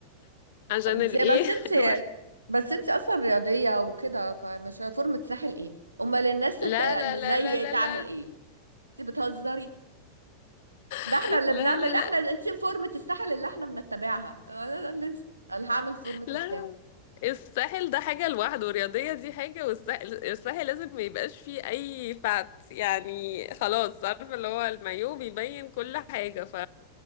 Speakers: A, on the left; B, on the right.
A: <laughs> عشان
B: انت
A: الايه
B: بس انت
A: <laughs> الواحد-
B: بس انت اصلا رياضية وكده فمش فورمة ساحل ايه امال الناس
A: لا
B: الت- اللي
A: لا لا
B: زي
A: لا لا
B: تعمل
A: لا
B: ايه انت بتهزري ده
A: <laughs>
B: احنا اللي
A: لا
B: بنعمل
A: لا
B: احنا
A: لا
B: انت فورمة الساحل اللي احنا بنتبعها <laughs> انا أنا اللي انت انا هعمل فورمة
A: لا
B: الساحل
A: الساحل ده حاجة لوحده والرياضية دي حاجة والساحل الساحل لازم ما يبقاش فيه أي فات يعني خلاص عارفة اللي هو المايو بيبين كل حاجة ف